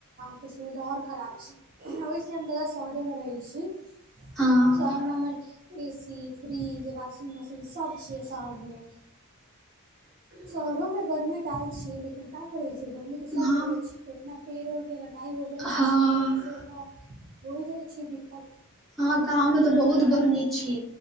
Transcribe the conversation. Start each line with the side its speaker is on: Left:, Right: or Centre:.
Right: के सुविधा आओर खराब छी ओहिसे हम जादा शहरेमे रहै छी
Centre: हँ
Right: शहर मे हमर A C fridge washing machine सब छीयै शहर मे शहरो में गर्मी टाल छी लेकिन का करे छै गर्मी ते सब
Centre: हँ
Right: जगह छी इतना पेड़ उड़ के पढ़ाई हो गेल छै
Centre: हँ
Right: सब जगहसँ तऽ होइ जाइ छै दिक्कत
Centre: ह गाँंव में तऽ बहुत गर्मी छी